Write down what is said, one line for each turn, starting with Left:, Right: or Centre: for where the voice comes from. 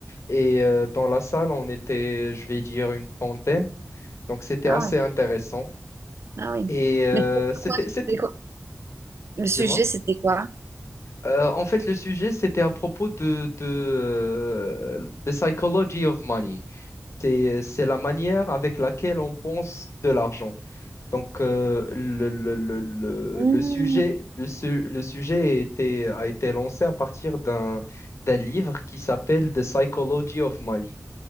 Left: Et euh, dans la salle, on était, je vais dire, une trentaine. Donc, c'était
Right: Ah
Left: assez
Right: oui,
Left: intéressant.
Right: ah oui.
Left: Et euh,
Right: Mais c'était
Left: c'était,
Right: quoi,
Left: c'était,
Right: c'était quoi- Le sujet,
Left: dis-moi.
Right: c'était quoi?
Left: Euh, en fait, le sujet, c'était à propos de, de, euh, the psychology of money. C'est, c'est la manière avec laquelle on pense de l'argent. Donc, euh, le, le, le, le,
Right: Mmh.
Left: le sujet, le, su- le sujet a été, a été lancé à partir d'un d'un livre qui s'appelle The Psychology of Money.